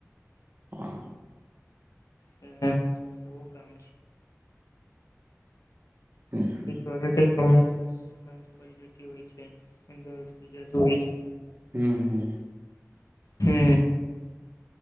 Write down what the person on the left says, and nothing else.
બધું <inaudible>
જ પડી જતી હોય છે <inaudible> અંદર થ જતું હોય છે.
હમ.